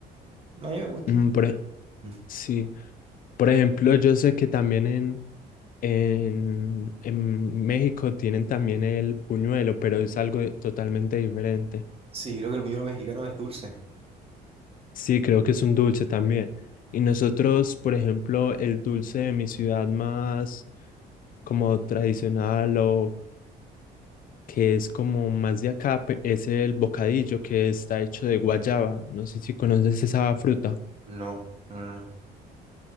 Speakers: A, on the right; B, on the left.
A: A mí me gusta.
B: Mm, por e-
A: Mm.
B: sí. Por ejemplo, yo sé que también en, En, en México tienen también el buñuelo, pero es algo totalmente diferente.
A: Sí, creo que el buñuelo mexicano es dulce.
B: Sí, creo que es un dulce también. Y nosotros, por ejemplo, el dulce de mi ciudad más como tradicional o que es como más de acá, pe- es el bocadillo que está hecho de guayaba. No sé si conoces esa fruta,
A: No, no, no, no.